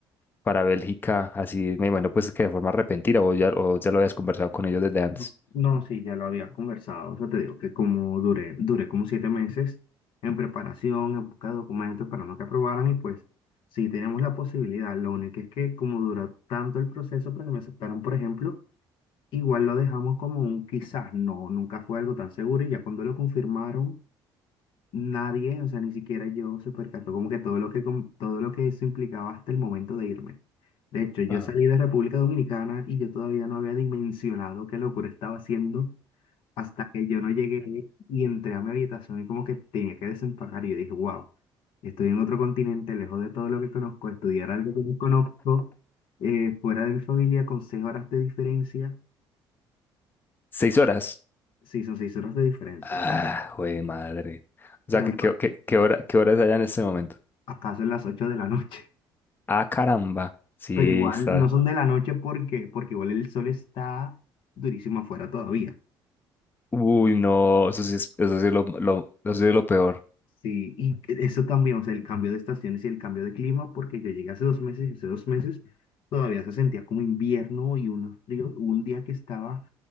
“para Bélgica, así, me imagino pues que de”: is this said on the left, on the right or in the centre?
Left